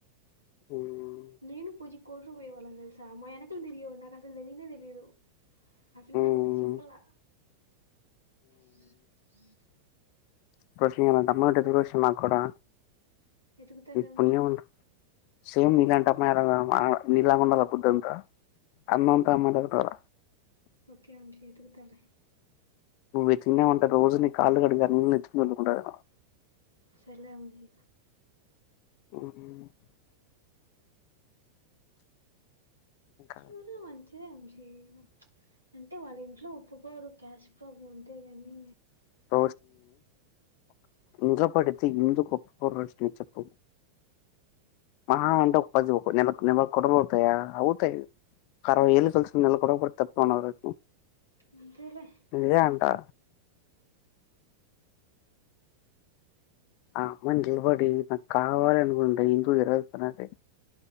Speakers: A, on the left; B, on the right.
A: ఉమ్.
B: నేను పూజి కోటరు పోయే వాళ్ళం తెలుసా మా వెనకలు తెలియవు నాకు అసలు తెలీయద తెలిదు అమ్ము
A: ఉమ్,
B: మాతో అప్పుడు చెప్పాల వి వి
A: ర అమ్మ ఎ రశమా కూడా
B: ఎదుగుతలే
A: నీకు
B: ఉంచి
A: పుణ్యం ఉండు సేమ్ నీలాంట మ నలాగాండాల బుద్ద్దంత అన్నంత అమ్మనతార
B: ఓకే మంషీతు కతాల
A: నువోచినవ్ అనుకో రోజు నీ కాళ్ళు కడిగ నీళ్ళు నెత్తిన జల్లుకుంటది
B: చలిగవుంది
A: ఉమ్ ఇంకా
B: ఉన్నా మంచి చి అంటే వాళ్ళ ఇంట్లో ఒప్పుకోరు కాస్ట్ ప్రాబ్లమ్ అంటే గాని
A: <unintelligible> ఎందు గొప్ప చెప్పదు మహా అంటే ఒకది ఒక కొతా మాత అవుతాయి కర ఏలు కలిసిన నెల తప్పవ
B: అంతేలే
A: ఇే అంటా ఆ అమ్మ నిలబడి నాకు కావాలి అనుకుంట ఇకో ఎరతునారే